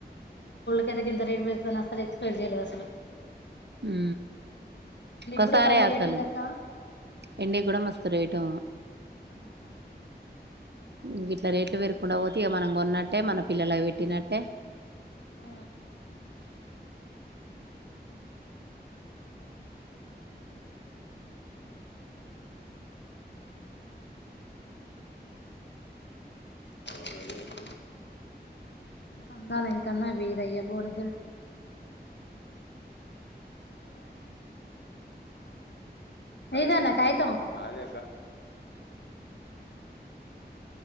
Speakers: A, on the left; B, on the right.
A: పెరిగి ఇంత రేట్ పెరుగుతాదని అస్సలు ఎక్స్పెక్ట్ చేయలేదు అస్సలు
B: ఊ ఒక్కసారే
A: కూడా భలే
B: అస్సలు
A: రేట్ ఉంది అక్క
B: ఎండి కూడా మస్తు రేటు
A: అవును
B: ఇంగ ఇట్లా రేట్లు పెరకుండా పోతే ఇగ మనం కొన్నట్టే మన పిల్లలకి పెట్టినట్టే
A: ఆ అద కందాల ఇంకన్నా వీరయ్య బోలు ఇదన్న కాగితంద్దాని